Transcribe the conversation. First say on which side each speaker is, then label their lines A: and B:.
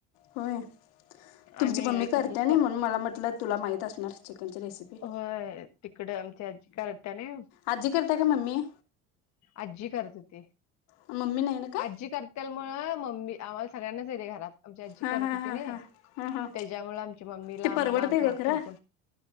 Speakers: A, on the left; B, on the left.
A: होय तुमची
B: आम्ही
A: मम्मी करते
B: तसंच
A: ना
B: करतो
A: म्हणून मला म्हटलं तुला माहित असणार चिकनची रेसिपी.
B: हो. तिकडं आमच्या अजी करत त्याने
A: अ करता का मममी
B: आजी करत हो ते
A: मम्मी नाही ना काय
B: आजी करत त्यामुळे मम्मी आम्हाला सगळ्यांनाचेते घरात आमची आजी
A: हां
B: करत
A: हां
B: होते.
A: हां हां हां हां
B: त्याच्यामुळे आमच्या मम्मीला
A: ते परवडते
B: मला आमच्या
A: ग
B: हरात
A: खरं
B: फोन करण